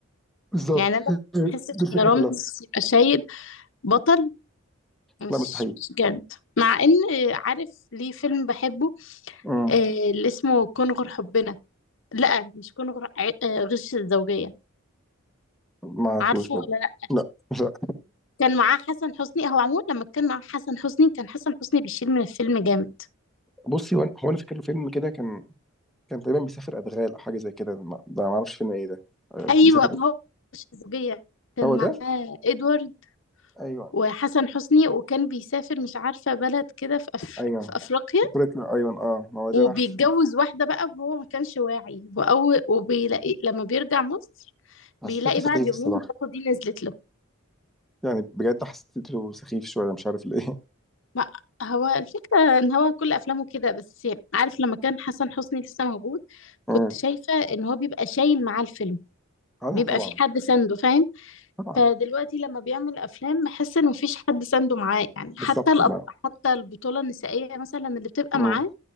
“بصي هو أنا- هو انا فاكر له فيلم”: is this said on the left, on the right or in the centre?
Centre